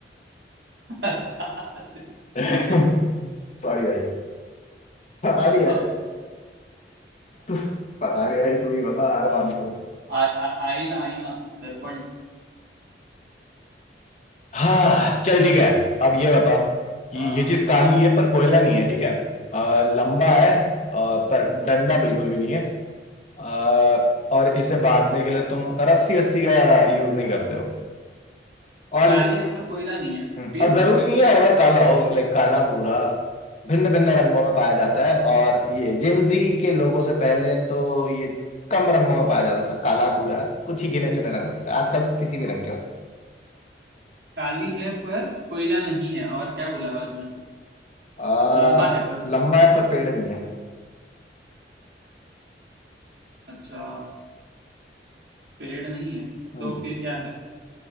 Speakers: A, on the right (about 70°); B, on the left (about 40°).
A: सारे
B: <laughs> सॉरी भाई पता
A: हाँ
B: नहीं यार
A: हाँ
B: तू पता नहीं भाई तू ही बता हार मानता हूँ
A: आ- आ- आईना आईना दर्पण
B: हाँ चल ठीक है अब ये बता कि
A: हाँ
B: ये चीज काली है पर कोयला नहीं है ठीक है अ, लंबा है अ, पर डंडा बिल्कुल भी नहीं है अ, और इसे बांधने के लिए तुम रस्सी रस्सी का यूज नहीं करते हो और
A: काली है पर कोयला नहीं है
B: हम्म,
A: फिर
B: और जरूरी नहीं है हर बार काला हो लाइक काला भूरा भिन्न भिन्न रंगों में पाया जाता है और ये जेंजी के लोगों से पहले तो ये कम रंगों में पाया जाता था काला भूरा कुछ ही गिने चुने रंग होते थे आजकल किसी भी रंग के होते
A: काली है पर कोयला नहीं है और क्या बोला बाद में
B: हैं। आ,
A: लंबा है पर
B: लंबा है पर पेड़ नहीं है
A: अच्छा पेड़ नहीं है
B: हम्म,
A: तो फिर क्या है